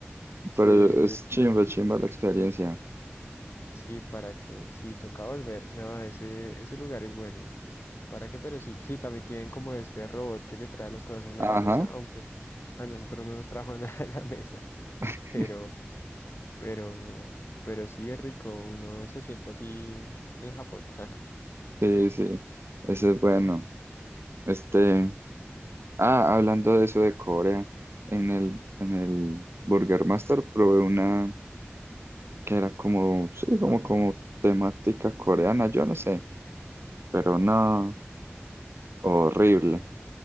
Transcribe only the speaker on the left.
sí.
Sí, para que, sí, toca volver. No, ese, ese lugar es bueno. ¿Para qué? Pero sí, sí, también tienen como este robot que le trae las cosas a uno
a la mesa, aunque a nosotros no nos trajo <laughs> nada a la mesa.
Pero, pero, pero sí es rico, uno se siente así en Japón. <laughs>